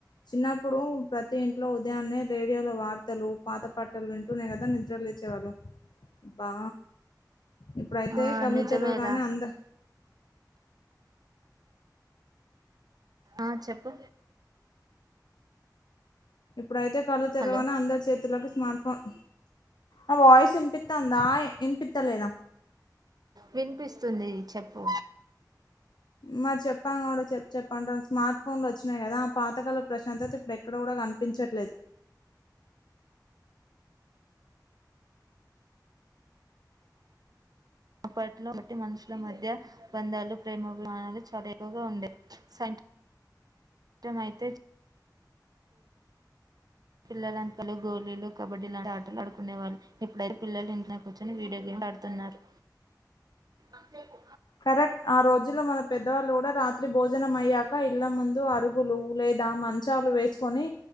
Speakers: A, on the left (about 75°); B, on the right (about 60°).
A: చిన్నప్పుడు ప్రతి ఇంట్లో ఉదయాన్నే రేడియో లో వార్తలు పాత పాటలు వింటునే కదా నిద్ర లేచే వాళ్ళము బా ఇప్పుడైతే
B: ఆ
A: కళ్ళు
B: నిజమేరా
A: తెరవగానే అంద
B: ఆ చెప్పు
A: ఇప్పుడైతే కళ్ళ తరువానే
B: హలో
A: అందరి చేతుల్లోకి స్మార్ట్ ఫోన్ ఆ వాయిస్ ఇనిపితందా ఇనిపితలేదా
B: వినిపిస్తుంది చెప్పు
A: మరి చెప్పంగా కూడా చెప్పు చెప్పంటావు స్మార్ట్ ఫోన్లు వచ్చినాయి కదా ఆ పాతకాల ప్రశాంతత ఇప్పుడు ఎక్కడ కూడా కనిపించట్లేదు
B: అప్పట్లో బట్టి మనుషుల మధ్య బంధాలు ప్రేమాభిమానాలు చాలా ఎక్కువగా ఉండేయి స సాధ్యమైతే పిల్లలంతలో గోలీలు కబడ్డీ లాంటి ఆటలు ఆడుకునేవాళ్ళు ఇప్పుడైతే పిల్లలు ఇంట్లోనే కూర్చొని వీడియో గేమ్ మాట్లాడుతున్నారు అక్కయ కు
A: కరెక్ట్ ఆ రోజులో మన పెద్దవాళ్ళు కూడా రాత్రి భోజనం అయ్యాక ఇళ్ల ముందు అరుగులు లేదా మంచాలు వేసుకొని